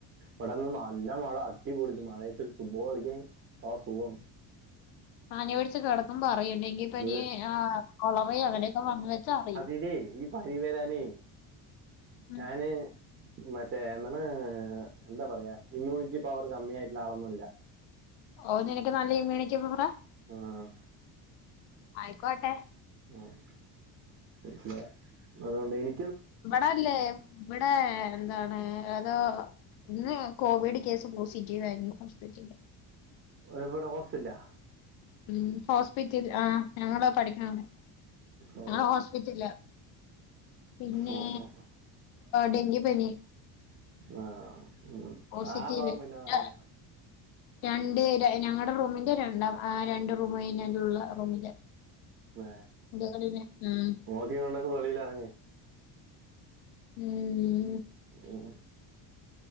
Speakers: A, on the right (about 30°); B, on the left (about 85°).
A: വ്ടെന്ന് നല്ല മഴ അടിപൊളി മഴയത്ത് ഫുട്ബോള് കളിക്കാൻ എന്താ സുഖം
B: പനി പിട്ച്ച് കെടക്കുമ്പോ അറിയൂം ഡെങ്കിപ്പനി
A: ഏ
B: ആഹ് കൊളറിം അങ്ങനൊക്കെ വന്ന് വെച്ചാ അറിയും
A: ഇല്ലേ ഇ പനി വെരാനേ
B: ഉം.
A: ഞാന് മറ്റേ എന്താണ് എന്താ പറയാ ഇമ്മ്യൂണിറ്റി പവറ് കമ്മി ആയിട്ടുള്ള ആളൊന്നല്ല
B: ഓ നിനക്ക് നല്ല ഇമ്മ്യൂണിറ്റി പവറാ
A: ആഹ്
B: ആയിക്കോട്ടെ
A: ആഹ് മനസിലായോ അത്കൊണ്ട് എനി
B: ഇവടല്ലേ ഇവിടെ എന്താണ് ഏതോ ഇന്ന് കോവിഡ് കേസ് പോസിറ്റീവ് ആയിരുന്നു ഹോസ്പിറ്റലില്
A: എവിടെ ഹോസ്റ്റല്ലോ
B: ഉം ഹോസ്പിറ്റല്ല് ആഹ് ഞങ്ങള് പഠിക്കണാണ്
A: ഓ
B: ഞങ്ങള് ഹോസ്പിറ്റൽലാ പിന്നെ
A: ഓ ഓ
B: ഡെങ്കി പനി
A: ആഹ് ഉം
B: പോസിറ്റീവ്
A: ആ ബാഗം പിന്നെ അങ്ങനാ
B: രണ്ട് ഞങ്ങൾടെ റൂമിന്റെ രണ്ടാം ആ രണ്ട് റൂമ് കഴിഞ്ഞാലുള്ള റൂമിന്റെ
A: വേ
B: എന്തെക്കേണ്ട് പിന്നെ ആഹ്
A: നോക്കിം കണ്ടൊക്കെ വെളീലെറങ്ങ്
B: ഉം
A: ഉം